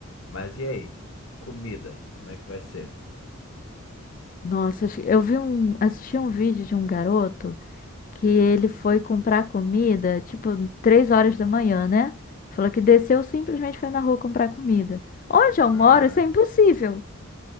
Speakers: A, on the left; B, on the left.
A: Mas e aí? Comida, como é que vai ser?
B: Nossa, acho- eu vi um, assisti um vídeo de um garoto que ele foi comprar comida, tipo, 3 horas da manhã, né? Falou que desceu, simplesmente foi na rua comprar comida. Onde
A: Caraca.
B: eu moro, isso é impossível.